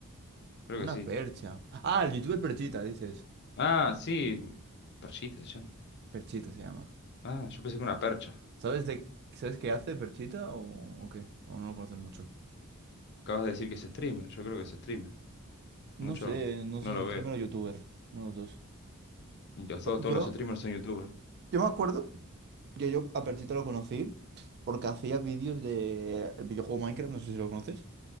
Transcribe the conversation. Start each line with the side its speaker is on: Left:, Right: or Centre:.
Left: Creo que
Right: Una
Left: sí.
Right: percha. Ah, el youtuber Perchita, dices.
Left: Ah, sí. Perchita se llama.
Right: Perchita se llama.
Left: Ah, yo pensé que una percha.
Right: ¿Sabes de sabes qué hace Perchita o, o qué? O no lo conoces mucho.
Left: Acabas de decir que es streamer. Yo creo que es streamer. Mucho
Right: No sé, no sé
Left: no
Right: si
Left: lo
Right: es streamer
Left: veo.
Right: o youtuber. Uno de los dos.
Left: Y los-
Right: Po-
Left: todos,
Right: Yo,
Left: todos los streamers son youtubers.
Right: yo me acuerdo que yo a Perchita lo conocí porque hacía vídeos de el videojuego Minecraft, no sé si lo conoces.